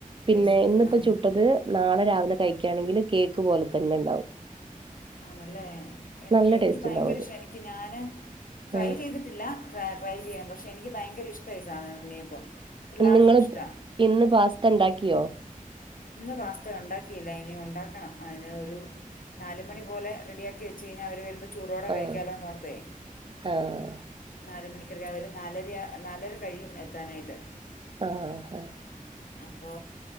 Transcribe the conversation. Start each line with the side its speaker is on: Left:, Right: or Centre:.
Right: പിന്നെ
Left: ടേസ്റ്റ്
Right: ഇന്നിപ്പ
Left: ആ
Right: ചുട്ടത് നാളെ രാവിലെ കഴിക്കയാണെങ്കിൽ കേക്ക് പോലെ തന്നെ ഉണ്ടാവും.
Left: ആണല്ലേ എനിക്ക്
Right: നല്ല
Left: എനിക്ക്
Right: ടേസ്റ്റ്
Left: ഭയങ്കര
Right: ഉണ്ടാവും അത്
Left: ഇഷ്ട എനിക്ക് ഞാന് ട്രൈ
Right: ഉം
Left: ചെയ്തിട്ടില്ല ട്രൈ ട്രൈ ചെയ്യാം പക്ഷെ എനിക്ക് ഭയങ്കര ഇഷ്ടാ ഈ സാധന ഉണ്ണിയപ്പം. പിള്ളേർക്കും
Right: നിങ്ങള്
Left: ഇഷ്ടമാണ്
Right: ഇന്ന് പാസ്തണ്ടാക്കിയോ?
Left: ഇന്ന് പാസ്ത ഒണ്ടാക്കിയില്ല ഇനി ഒണ്ടാക്കണം ആ. ഒരു നാല മണി പോലെ റെഡിയാക്കി വെച്ച് കഴിഞ്ഞാ അവരുവരുമ്പ ചൂടോടെ
Right: ആഹ്
Left: കഴിക്കാല്ലോന്നോർത്തെ,
Right: ആഹ്
Left: നാലുമണി അവര് നാലരയ നാലര കഴിയും എത്താനായിട്ട്.
Right: ആ ആ
Left: അപ്പോ